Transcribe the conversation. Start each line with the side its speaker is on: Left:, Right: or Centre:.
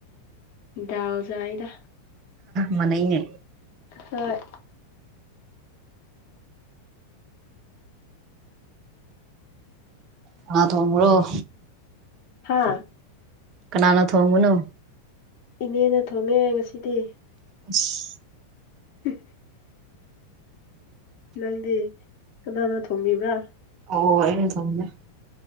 Left: ꯗꯥꯜ ꯆꯥꯏꯗ
Right: ꯃꯥꯟ ꯅꯩꯅꯦ
Left: ꯍꯣꯏ
Right: ꯀꯥꯅꯥ ꯊꯣꯡꯕꯔꯣ
Left: ꯍꯥꯥ
Right: ꯀꯅꯥꯅ ꯊꯣꯡꯕꯅꯣ
Left: ꯏꯅꯦꯅ ꯊꯣꯡꯉꯦ ꯉꯁꯤꯗꯤ
Right: <inaudible>
Left: <unintelligible> ꯅꯪꯗꯤ ꯀꯅꯥꯅ ꯊꯣꯡꯕꯤꯕ꯭ꯔꯥ
Right: ꯑꯣ ꯑꯩꯩꯅ ꯊꯣꯡꯉꯦ